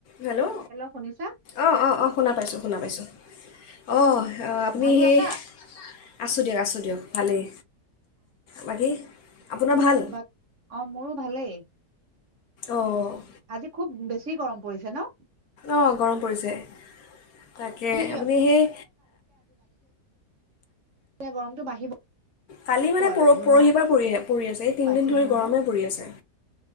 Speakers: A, on the left (about 65°); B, on the right (about 55°).
A: Hello
B: hello শুনিছা
A: অ' অ' অ' শুনা পাইছো শুনা পাইছো অ' আপুনি
B: ভালে
A: সেই
B: আছা
A: আছো দিয়ক আছো দিয়ক। ভালেই, বাকী? আপোনাৰ ভাল
B: বা অ' মোৰো ভালেই।
A: অহ
B: আজি খুব বেছি গৰম পৰিছে ন?
A: অ' গৰম পৰিছে। তাকেই
B: ই
A: আপুনি সেই
B: এয়া গৰমতটো বাঢ়িব।
A: কালি মানে
B: আৰু
A: পৰ
B: জুন
A: পৰহিৰ
B: মাহ
A: পৰা পৰি পৰি আছে এই তিনিদিন
B: পাইছেহি
A: ধৰি গৰমেই
B: নহয়
A: পৰি আছে।